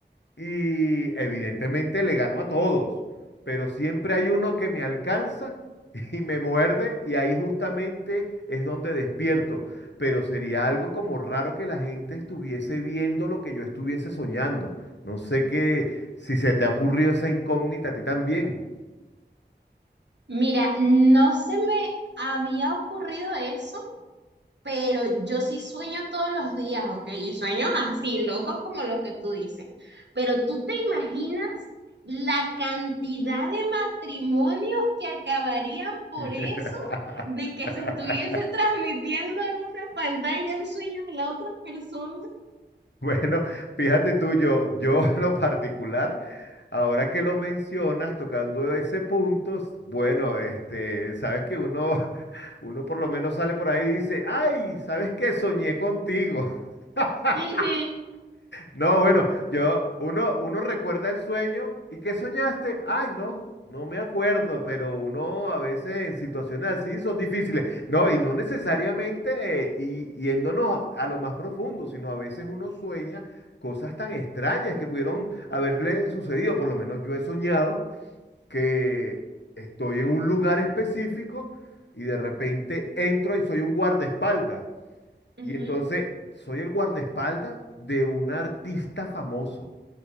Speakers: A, on the left; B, on the right.
A: y evidentemente le ganó a todos, pero siempre hay uno que me alcanza <laughs> y me muerde y ahí justamente es donde despierto. Pero sería algo como raro que la gente estuviese viendo lo que yo estuviese soñando. No sé qué, si se te ha ocurrido esa incógnita a ti también.
B: Mira, no se me había ocurrido eso, pero yo sí sueño todos los días, ¿ok? Y sueños así, locos como los que tú dices. Pero tú te imaginas la cantidad de matrimonios que acabarían por
A: <laughs>
B: eso, de que se estuviese transmitiendo en una pantalla el sueño de la otra persona.
A: <laughs> Bueno, fíjate tú, yo, yo <laughs> en lo particular, ahora que lo mencionas, tocando ese punto, s- bueno, este, sabes que uno, <laughs> uno por lo menos sale por ahí y dice, ay, ¿sabes qué? Soñé contigo. <laughs>
B: Ujú,
A: No, bueno, yo, uno, uno recuerda el sueño. ¿Y qué soñaste? Ay, no, no me acuerdo, pero uno a veces en situaciones así son difíciles. No, y no necesariamente eh, y, yéndonos a lo más profundo, sino a veces uno sueña cosas tan extrañas que pudieron haberle sucedido. Por lo menos yo he soñado que estoy en un lugar específico y de repente entro y soy un guardaespaldas.
B: ujú.
A: Y entonces soy el guardaespaldas de un artista famoso.